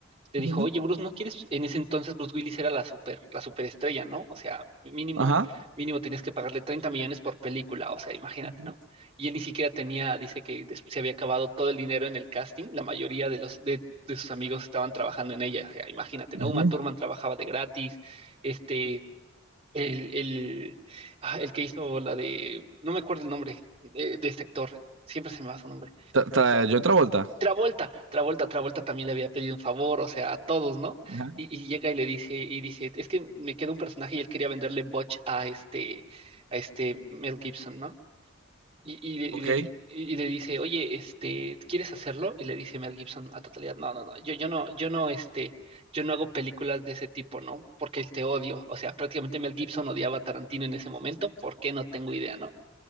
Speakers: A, on the right (about 30°); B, on the right (about 75°).
A: le
B: Ujú.
A: dijo, oye, Bruce, ¿no quieres? En ese entonces Bruce Willis era la super, la superestrella, ¿no? O sea, mínimo,
B: Ajá.
A: mínimo tenías que pagarle 30 millones por película, o sea, imagínate,
B: Ujú.
A: ¿no? Y él ni siquiera tenía, dice que des- se había acabado todo el dinero en el casting, la mayoría de los, de, de sus amigos estaban trabajando en ella, o sea, imagínate,
B: Ujú.
A: ¿no? Uma Thurman trabajaba de gratis, este, el, el, ah, el que hizo la de, no me acuerdo el nombre eh, de este actor, siempre se me va su nombre.
B: Ta- ta- Yo otra vuelta.
A: Travolta, Travolta, Travolta también le había pedido un favor, o sea, a todos, ¿no?
B: Ajá.
A: Y, y llega y le dice, y dice, es que me queda un personaje y él quería venderle Butch a este, a este Mel Gibson, ¿no? Y, y le, y
B: Ok.
A: le di- y- y le dice, oye, este, ¿quieres hacerlo? Y le dice Mel Gibson a totalidad, no, no, no, yo, yo no, yo no, este, yo no hago películas de ese tipo, ¿no? Porque te odio. O sea, prácticamente Mel Gibson odiaba a Tarantino en ese momento, ¿por qué? No tengo idea, ¿no?